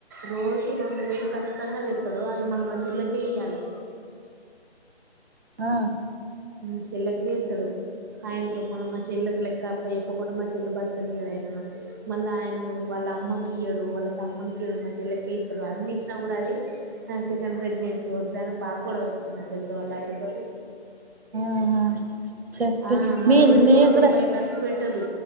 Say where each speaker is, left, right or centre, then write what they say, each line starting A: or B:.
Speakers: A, on the right; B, on the right.
A: రోజు రెండు వేలు ఖచ్చితంగాది ఇస్తాడు ఆవి మళీ మా చెల్లకే ఇయాలి
B: ఆ
A: మా చెల్లకే ఇస్తాడు సాయంత్రం మళ్ళ మా చెల్లకి లెక్క అప్ప చెప్పకుండా మా చెల్లలు బతుకని ఏదయనా మళ్ళా ఆయన వాళ్ళ అమ్మకి వాళ్ళ తమ్మునికిడు మా చెల్లెకే ఇస్తాడు అన్ని ఇచ్చిన కూడా అది నా సెకండ్ ప్రెగ్నెన్సీ వద్ద అని బాగా కూడా పెట్టుకున్నా తెలుస వాళ్ళ ఆయనతోటి
B: ఆహా చెప్పి
A: ఆ మళ
B: మీ
A: మ చాలో
B: నీ కూడా
A: రూపాయ కెర్చు పెట్టదు